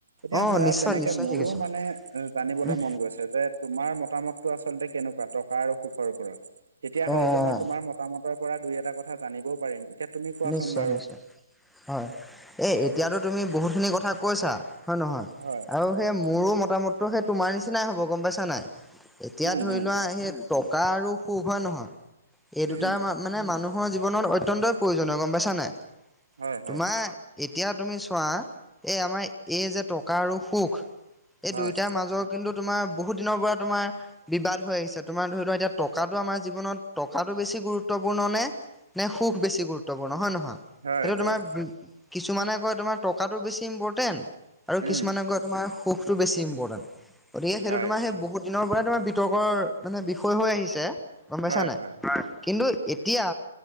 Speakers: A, on the right; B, in the centre.
A: এতিয়া
B: অঁ
A: ধৰা
B: নিশ্চয়
A: তেনেকে
B: নিশ্চয়
A: মোৰো
B: শিকিছোঁ
A: মানে এ জানিবলৈ
B: উম
A: মন গৈছে যে তোমাৰ মতামতটো আচলতে কেনেকুৱা টকা আৰু সুখৰ ওপৰত তেতিয়া হয়তো
B: অঁ অঁ
A: মই তোমাৰ মতামতৰ পৰা দুই এটা কথা জানিবও পাৰিম। এতিয়া তুমি কোৱাচোন
B: নিশ্চয়-নিশ্চয়
A: বাৰু।
B: হয়। এই এতিয়াতো তুমি বহুতখিনি কথা কৈছা? হয় নহয়?
A: হয়।
B: আৰু সেই
A: উম
B: মোৰো মতামতটো সেই তোমাৰ নিচিনাই হ'ব গম পাইছা নাই। এতিয়া
A: উম
B: ধৰি
A: উম
B: লোৱা সেই টকা আৰু সুখ হয় নহয়? এই দুটা
A: উম,
B: আমাৰ মানে মানুহৰ জীৱনত অত্যন্তই প্ৰয়োজনীয় গম পাইছানে?
A: হয়
B: তোমাৰ
A: হয়
B: এতিয়া তুমি চোৱা এই আমাৰ এই যে টকা আৰু সুখ, এই
A: হয়
B: দুয়োটাৰ মাজত কিন্তু তোমাৰ বহুত দিনৰ পৰা তোমাৰ বিবাদ হৈ আহিছে তোমাৰ ধৰি লোৱা এতিয়া টকাটো আমাৰ জীৱনত টকাটো বেছি গুৰুত্বপূৰ্ণ নে নে সুখ বেছি গুৰুত্বপূৰ্ণ হয় নহয়?
A: হয়
B: সেইটো
A: হয়
B: তোমাৰ কিছুমানে কয় তোমাৰ টকাটো বেছি ইম্পৰ্টেণ্ট আৰু কিছুমানে
A: উম
B: তোমাৰ সুখটো বেছি ইম্পৰ্টেণ্ট। গতিকে সেইটো
A: হয়
B: তোমাৰ সেই বহুত দিনৰ পৰাই তোমাৰ বিতৰ্কৰ মানে বিষয় হৈ আহিছে গম পাইছা
A: হয়
B: নাই?
A: হয়
B: কিন্তু এতিয়া,